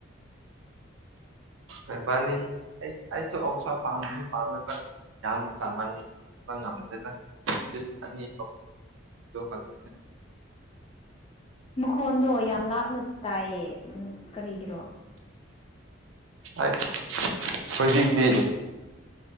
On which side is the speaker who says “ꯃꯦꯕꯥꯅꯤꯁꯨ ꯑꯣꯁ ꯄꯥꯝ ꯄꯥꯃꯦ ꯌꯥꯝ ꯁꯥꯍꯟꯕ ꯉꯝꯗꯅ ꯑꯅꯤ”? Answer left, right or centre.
Right